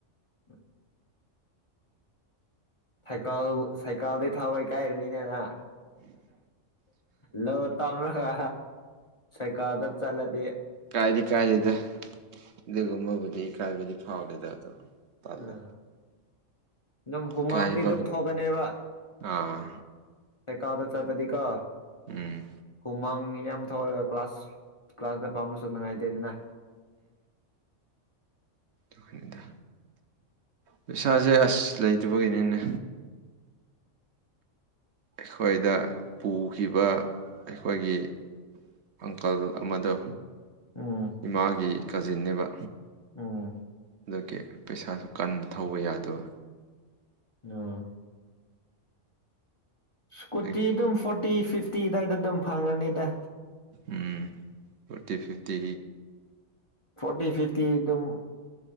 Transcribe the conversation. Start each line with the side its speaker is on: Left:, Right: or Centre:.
Left: ꯍ <unintelligible> ꯁꯥꯏꯀꯜ ꯁꯥꯏꯀꯥꯜꯗꯤ ꯊꯧꯕ ꯏꯀꯥꯏꯔꯅꯤꯅꯦ ꯅꯪ ꯂꯣ ꯇꯧꯔꯒ ꯁꯥꯏꯀꯜꯗ ꯆꯠꯂꯗꯤ
Right: ꯀꯥꯏꯗꯤ ꯀꯥꯏꯗꯦꯗ ꯑꯗꯨꯒꯨꯝꯕꯕꯨꯗꯤ ꯏꯀꯥꯏꯕꯗꯤ ꯐꯥꯎꯗꯦꯗ ꯑꯗꯣ ꯇꯜꯂꯦ
Left: ꯎꯝ ꯑꯗꯨꯝ ꯍꯨꯃꯥꯡꯗꯤ
Right: ꯏꯀꯥꯏꯕ
Left: ꯑꯗꯨꯝ ꯊꯣꯛꯀꯅꯦꯕ
Right: ꯑꯥ
Left: ꯑꯦꯀꯥꯗ ꯆꯠꯄꯗꯤꯀꯣ
Right: ꯎꯝ
Left: ꯍꯨꯃꯥꯡ ꯃꯌꯥꯝ ꯊꯣꯛꯂꯒ ꯀ꯭ꯂꯥꯁ ꯀ꯭ꯂꯥꯁꯇ ꯐꯝꯕꯁꯨ ꯅꯨꯡꯉꯥꯏꯇꯦ ꯑꯗꯨꯅ
Right: ꯎꯝꯗ ꯄꯩꯁꯥꯖꯦ ꯑꯁ ꯂꯩꯇꯕꯒꯤꯅꯦꯅꯦ ꯑꯩꯈꯣꯏꯗ ꯄꯨꯈꯤꯕ ꯑꯩꯈꯣꯏꯒꯤ ꯑꯪꯀꯜ ꯑꯃꯗꯣ
Left: ꯎꯝ
Right: ꯏꯃꯥꯒꯤ ꯀꯖꯤꯟꯅꯦꯕ
Left: ꯎꯝ
Right: ꯑꯗꯨꯒꯤ ꯄꯩꯁꯥꯁꯨ ꯀꯟꯅ ꯊꯧꯕ ꯌꯥꯗꯕ
Left: ꯑ ꯁꯀꯨꯇꯤ
Right: ꯑꯗꯨꯒꯤ
Left: ꯑꯗꯨꯝ ꯐꯣꯔꯇꯤ ꯐꯤꯐꯇꯤ ꯑꯗꯨꯋꯥꯏꯗ ꯑꯗꯨꯝ ꯐꯪꯉꯅꯤꯗ
Right: ꯎꯝ ꯐꯣꯔꯇꯤ ꯐꯤꯐꯇꯤ
Left: ꯐꯣꯔꯇꯤ ꯐꯤꯐꯇꯤ ꯑꯗꯨꯝ